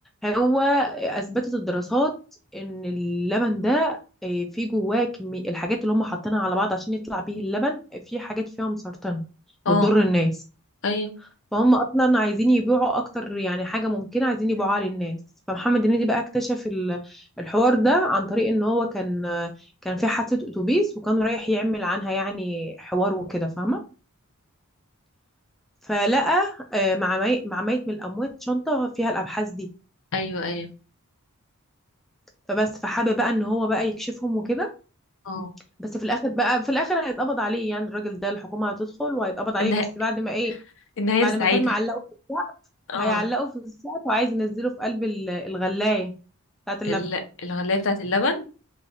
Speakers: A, in the centre; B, on the left (about 60°).
A: هو اثبتت الدراسات ان اللبن ده آه، فيه جواه كمية الحاجات اللي هم حاطينها على بعض عشان يطلع بيه اللبن في حاجات فيها مسرطنة
B: اه
A: بتضر الناس
B: ايوه
A: فهم اصلا عايزين يبيعوا اكتر يعني حاجة ممكنة عايزين يبيعوها للناس فمحمد هنيدي بقى اكتشف ال- الحوار ده عن طريق ان هو كان آه، كان في حادثة اتوبيس وكان رايح يعمل عنها يعني حوار وكده فاهمة فلقى آه، مع مي- مع ميت من الاموات شنطة فيها الابحاث دي
B: ايوه ايوه
A: فبس فحابب بقى ان هو بقى يكشفهم وكده
B: اه
A: بس في الاخر بقى في الاخر هيتقبض عليه يعني الراجل ده الحكومه هتدخل وهيتقبض عليه
B: النهايه
A: بس بعد ما ايه
B: النهايه
A: بعد
B: السعيده
A: ما كان معلقه في السقف
B: اه
A: هيعلقه في السقف وعايز ينزله في قلب ال- الغلايه بتاعت اللبن
B: ال- الغلايه بتاعت اللبن